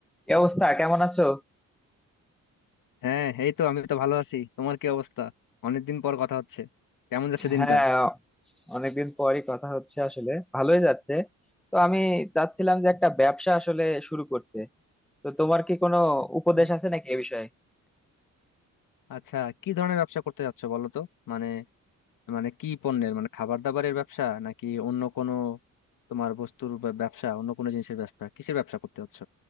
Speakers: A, in the centre; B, on the left (about 85°).
A: কি অবস্থা কেমন আছো
B: হ্যাঁ এই তো আমি তো ভালো আছি তোমার কি অবস্থা অনেকদিন পর কথা হচ্ছে কেমন যাচ্ছে দিনকাল
A: হ্যাঁ অনেকদিন পরই কথা হচ্ছে আসলে ভালোই যাচ্ছে তো আমি চাচ্ছিলাম যে একটা ব্যবসা আসলে শুরু করতে তো তোমার কি কোনো উপদেশ
B: হুম,
A: আছে নাকি এ বিষয়ে
B: আচ্ছা কি ধরনের ব্যবসা করতে যাচ্ছ বলো তো মানে মানে কি পণ্যের মানে খাবার দাবারের ব্যবসা নাকি অন্য কোনো তোমার বস্তুর বা- ব্যবসা অন্য কোনো জিনিসের ব্যবসা কিসের ব্যবসা করতে যাচ্ছ